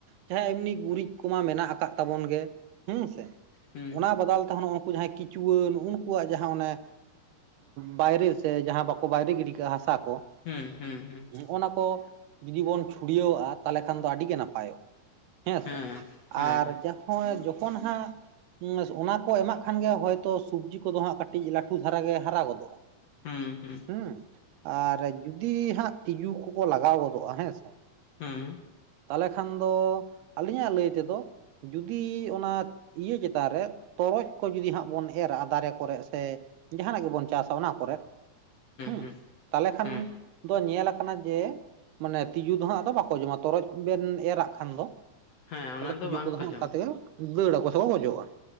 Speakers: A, on the right (about 85°); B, on the left (about 55°).
A: ᱡᱟᱦᱟᱸ ᱮᱢᱱᱤ ᱜᱩᱨᱤᱡ ᱠᱚᱢᱟ ᱢᱮᱱᱟᱜ ᱟᱠᱟᱫ ᱛᱟᱵᱚᱱ ᱜᱮ ᱦᱩᱸ ᱥᱮ
B: ᱦᱩᱸ
A: ᱚᱱᱟ ᱵᱟᱫᱟᱞ ᱛᱮᱦᱚ ᱱᱩᱜᱩ ᱱᱩᱠᱩ ᱡᱟᱦᱟᱸᱭ ᱠᱤᱪᱩᱣᱟᱹ ᱱᱩᱜᱩ ᱱᱩᱠᱩᱣᱟᱜ ᱡᱟᱦᱟᱸ ᱚᱱᱮ ᱵᱟᱭᱨᱮ ᱥᱮ ᱡᱟᱦᱟᱸ ᱵᱟᱠᱚ ᱵᱟᱭᱨᱮ ᱜᱤᱰᱤ ᱠᱟᱜᱼᱟ ᱦᱟᱥᱟ ᱠᱚ
B: ᱦᱩᱸ ᱦᱩᱸ ᱦᱩᱸ
A: ᱦᱚᱜᱚᱱᱟ ᱠᱚ ᱡᱩᱫᱤ ᱵᱚᱱ ᱪᱷᱩᱲᱭᱟᱹᱣᱟᱜᱼᱟ ᱛᱟᱦᱚᱞᱮ ᱠᱷᱟᱱ ᱫᱚ ᱟᱹᱰᱤ ᱜᱮ ᱱᱟᱯᱟᱭᱚᱜ ᱦᱮᱸ
B: ᱦᱮᱸ
A: ᱥᱮ ᱟᱨ
B: ᱦᱮᱸ
A: ᱡᱟᱦᱟ ᱡᱚᱠᱷᱚᱱ ᱦᱟᱸᱜ ᱚᱱᱟ ᱠᱚ ᱮᱢᱟᱜ ᱠᱷᱟᱱ ᱜᱮ ᱦᱚᱭᱛᱚ ᱥᱚᱵᱽᱡᱤ ᱠᱚᱫᱚ ᱦᱟᱸᱜ ᱠᱟᱹᱴᱤᱡ ᱞᱟᱹᱴᱩ ᱫᱷᱟᱨᱟ ᱜᱮ ᱦᱟᱨᱟ ᱜᱚᱫᱚᱜᱼᱟ
B: ᱦᱩᱸ ᱦᱩᱸ
A: ᱦᱩᱸ ᱟᱨ ᱡᱩᱫᱤ ᱦᱟᱸᱜ ᱛᱤᱡᱩ ᱠᱚᱠᱚ ᱞᱟᱜᱟᱣ ᱜᱚᱫᱚᱜᱼᱟ ᱦᱮᱸᱥᱮ
B: ᱦᱩᱸ
A: ᱛᱟᱦᱚᱞᱮ ᱠᱷᱟᱱ ᱫᱚ ᱟᱹᱞᱤᱧᱟᱜ ᱞᱟᱹᱭ ᱛᱮᱫᱚ ᱡᱩᱫᱤ ᱚᱱᱟ ᱤᱭᱟᱹ ᱪᱮᱛᱟ <unintelligible> ᱛᱚᱨᱚᱡ ᱠᱚ ᱡᱩᱫᱤ ᱦᱟᱸᱜ ᱵᱚᱱ ᱮᱨᱟ ᱫᱟᱨᱮ ᱠᱚᱨᱮᱜ ᱥᱮ ᱡᱟᱦᱟᱱᱟᱜ ᱜᱮᱵᱚᱱ ᱪᱟᱥᱟ ᱚᱱᱟ ᱠᱚᱨᱮᱜ ᱦᱮᱸ
B: ᱦᱩᱸ
A: ᱛᱟᱦᱞᱮ ᱠᱷᱟᱱ
B: ᱦᱩᱸ
A: ᱫᱚ ᱧᱮᱞ ᱟᱠᱟᱱᱟ ᱡᱮ ᱢᱟᱱᱮ ᱛᱤᱡᱩ ᱫᱚᱦᱸᱟᱜ ᱫᱚ ᱵᱟᱠᱚ ᱡᱚᱢᱟ, ᱛᱚᱨᱚᱡ ᱵᱮᱱ ᱮᱨᱟᱜ ᱠᱷᱟᱱ ᱫᱚ ᱾
B: ᱦᱮᱸ ᱚᱱᱟ
A: ᱛᱟᱦᱚᱞᱮ ᱛᱤᱡᱩ
B: ᱫᱚ ᱵᱟᱝ
A: ᱠᱚᱫᱚ
B: ᱠᱚ
A: ᱦᱟᱸᱜ
B: ᱡᱚᱢ
A: ᱚᱱᱠᱟ ᱛᱮᱜᱮ ᱫᱟᱲ ᱟᱠᱚ ᱥᱮ ᱵᱟᱝ ᱜᱚᱡᱚᱜᱼᱟ ᱾